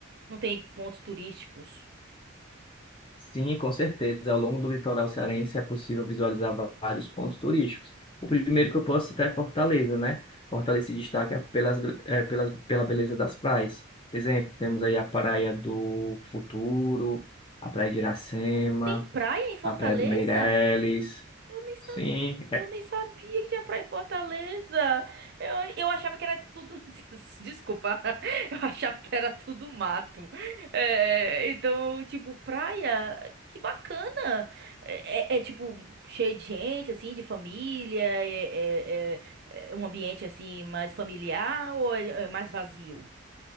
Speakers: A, on the right (about 50°); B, on the left (about 25°).
A: não tem pontos turísticos?
B: Sim, com certeza. Ao longo do litoral cearense é possível visualizar va- vários pontos turísticos. O primeiro que eu posso citar é Fortaleza, né? Fortaleza se destaca pelas, gr- eh, pelas, pela beleza das praias. Exemplo, temos aí a Praia do Futuro, a Praia de Iracema,
A: Tem praia em Fortaleza?
B: a Praia do Meireles.
A: Eu nem sabia.
B: Sim,
A: Eu nem sabia que tinha praia em Fortaleza. Eu, eu achava que era tudo. <laughs> Desculpa. <laughs> Eu achava que era tudo mato. É, então, tipo, praia, que bacana. É, é- é, tipo, cheio de gente, assim, de família. É, é- é- é um ambiente, assim, mais familiar ou é é mais vazio?